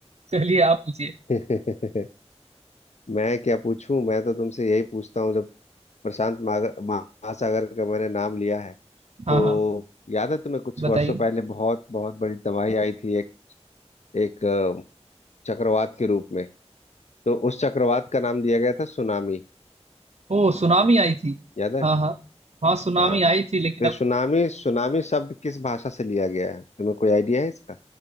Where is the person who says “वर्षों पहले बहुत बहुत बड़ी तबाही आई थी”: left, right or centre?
Left